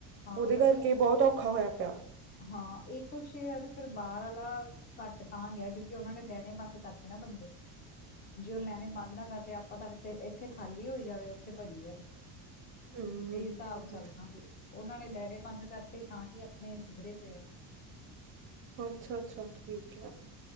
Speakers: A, on the left; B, on the right.
A: ਹਾਂ
B: ਉਹਦੇ
A: ਵਧੀਆ
B: ਕਰਕੇ ਬਹੁਤ ਔਖਾ ਹੋਇਆ ਪਿਆ।
A: ਹਾਂ ਇਹ ਕੁਛ ਯਾਰ ਫਿਰ ਬਾਹਰ ਆ ਘੱਟ ਤਾਂ ਗਿਆ ਕਿਉਂਕਿ ਉਹਨਾਂ ਨੇ ਲੈਣੇ ਬੰਦ ਕਰਤੇ ਨਾ ਬੰਦੇ। ਜੇ ਉਹ ਲੈਣੇ ਬੰਦ ਨਾ ਕਰਦੇ ਆਪਾਂ ਤਾਂ ਇੱਥੇ ਖਾਲੀ ਹੋਈ ਜਾਵੇ ਉੱਥੇ ਭੱਜੀ ਜਾਵੇ।
B: ਹੂੰ
A: ਇਹੀ
B: ਹੂੰ
A: ਹਿਸਾਬ ਚੱਲਣਾ ਸੀਗਾ ਉਹਨਾਂ ਨੇ ਲਹਿਰੇ ਬੰਦ ਕਰਦੇ ਤਾਂ ਹੀ ਆਪਣੇ- ਸਧਰੇ ਪਏ ਆ।
B: ਅੱਛਾ-ਅੱਛਾ ਠੀਕ ਹੈ।